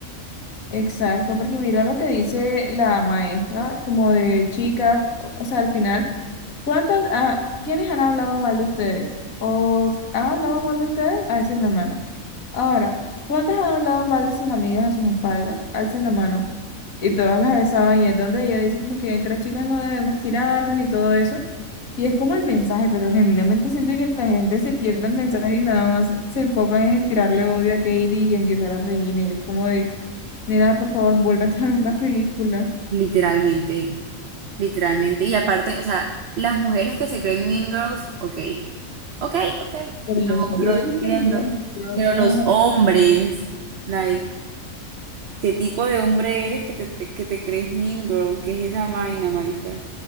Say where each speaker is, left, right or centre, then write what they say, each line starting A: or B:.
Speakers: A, on the left (about 80°); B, on the right (about 55°).
A: Exacto, porque mira lo que dice la maestra, como de chicas, o o sea, al final, ¿cuántas, ah, quiénes han hablado mal de ustedes? ¿O s- han hablado mal de ustedes? Alcen la mano. Ahora, ¿cuántas han hablado mal de sus amigas a sus espaldas? Alcen la mano. Y todas las alzaban y es donde ella dice como que entre chicas no debemos tirarnos y todo eso. Y es como el mensaje, pero genuinamente siento que la gente se pierde el mensaje y nada más se enfocan es en tirarle odio a Katie y en diosar a Regina. Y es como de, nena, por favor, vuélvete a ver la película.
B: Literalmente, literalmente. Y aparte, o sea, las mujeres que se creen mean girls, ok. Ok, ok,
A: Pero
B: lo,
A: los gays
B: lo entiendo.
A: que se quieren Mean Girls,
B: Pero los
A: oh my.
B: hombres, like, ¿qué tipo de hombre eres que te, te- que te crees mean girl? ¿Qué es esa vaina, marica?